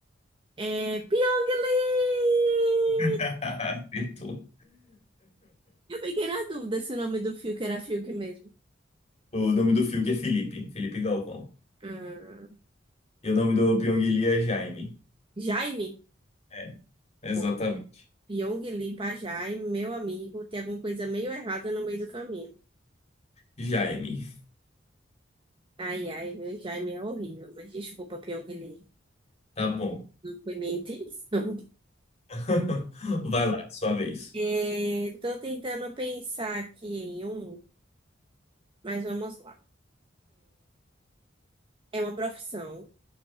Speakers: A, on the right; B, on the left.
A: É Pyong Lee!
B: <laughs> Acertou.
A: Eu fiquei na dúvida se o nome do Fiuk era Fiuk mesmo.
B: O nome do Fiuk é Felipe, Felipe Galvão.
A: Ah,
B: E o nome do Pyong Lee é Jaime.
A: Jaime?
B: É, exatamente.
A: Pô, Pyong Lee pra Jaime, meu amigo, tem alguma coisa meio errada no meio do caminho.
B: Jaime.
A: Ai, ai, meu Jaime é horrível, mas desculpa, Pyong Lee.
B: Tá bom.
A: Não foi minha intenção. <laughs>
B: <laughs> Vai lá, sua vez.
A: É, tô tentando pensar aqui em um, mas vamos lá. É uma profissão.